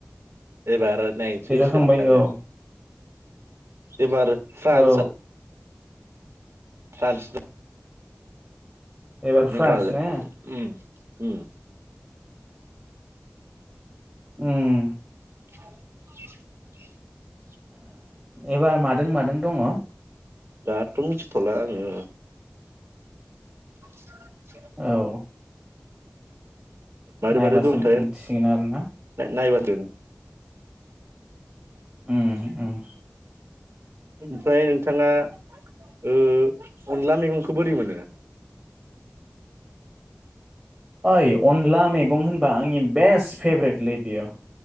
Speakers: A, on the right; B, on the right.
A: एबार नायसै
B: देरहाखांबाय
A: सोर थाङो
B: औ
A: एबार फ्रान्स
B: औ
A: फ्रान्स दं
B: एबार
A: नोंथांआलाय
B: फ्रान्स ने
A: उम उम
B: उम
A: <unintelligible>
B: एबार मादों मादों दङ?
A: दाथ' मिथिथ'ला आङो <unintelligible>
B: औ
A: मारै
B: नायबासो
A: मारै दंयोथाय
B: मिथिसिगोन आरोना
A: नायबासो
B: उम उम
A: ओमफ्राय नोंथाङा अनला ओ मैगंखौ बोरै मोनो?
B: ओइ अनला मैगं होनबा आंनि बेस्ट फेभरेटलै बेयो।